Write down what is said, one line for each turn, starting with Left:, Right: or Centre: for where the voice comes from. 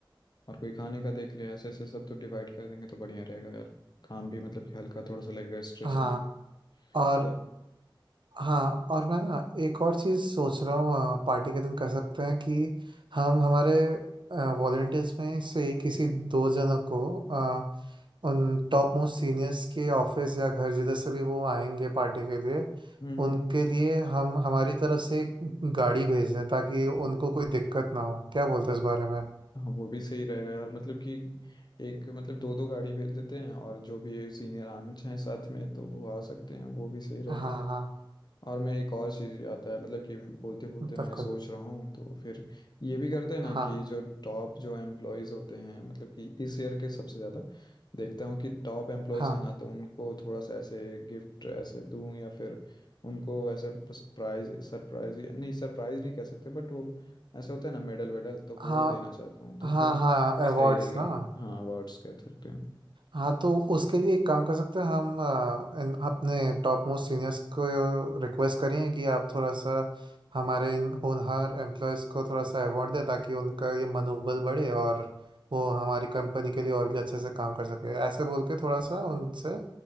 Left: और कोई खाने का देख ले ऐसे ऐसे सब तो डिवाइड कर देंगे तो बढ़िया रहेगा यार काम भी मतलब कि हल्का थोड़ा सा लगेगा स्ट्रेस
Right: हाँ
Left: नहीं होगा
Right: और
Left: या-
Right: हाँ और मैं ना एक और चीज़ सोच रहा हूँ पार्टी के दिन कर सकते हैं कि हम हमारे वॉलेंटियर्स में से ही किसी दो जनों को अ, उन टॉप मोस्ट सीनियर्स के ऑफिस या घर जिधर से भी वो आएंगे पार्टी के लिए
Left: हम्म हम्म
Right: उनके लिए हम हमारी तरफ से एक गाड़ी भेज दें ताकि उनको कोई दिक्कत ना हो क्या बोलते हैं इस बारे में
Left: हाँ वो भी सही रहेगा यार मतलब कि एक मतलब दो दो गाड़ी भेज देते हैं और जो भी सीनियर आना चाहें साथ में तो वो आ सकते हैं वो भी सही रहेगा
Right: हाँ हाँ
Left: और मैं एक और चीज़ याद है मतलब कि बोलते बोलते
Right: बिल्कुल
Left: मैं सोच रहा हूँ तो फिर ये भी करते हैं ना
Right: हाँ
Left: कि जो टॉप जो एम्प्लॉयज़ होते हैं मतलब कि इस ईयर के सबसे ज़्यादा देखता हूँ कि टॉप एम्प्लॉयज़
Right: हाँ
Left: हैं ना तो उनको थोड़ा सा ऐसे गिफ्ट ऐसे दूँ या फिर उनको ऐसे प्राइज सरप्राइज नहीं सरप्राइज नहीं कह सकते बट वो ऐसे होता है ना मेडल वेडल तो वो
Right: हाँ
Left: देना चाहता हूँ तो
Right: हाँ
Left: फिर वो
Right: हाँ हाँ
Left: भी
Right: अवार्ड्स
Left: सही रहेगा
Right: ना
Left: हाँ अवार्ड्स कह सकते हैं
Right: हाँ तो उसके लिए एक काम कर सकते हैं हम अ, इन- अपने टॉप मोस्ट सीनियर्स को रिक्वेस्ट करें कि आप थोड़ा सा हमारे इन होनहार एम्प्लॉयज़ को थोड़ा सा अवार्ड दें ताकि उनका ये मनोबल बढ़े और वो हमारी कंपनी के लिए और भी अच्छे से काम कर सके ऐसे बोल के थोड़ा सा उनसे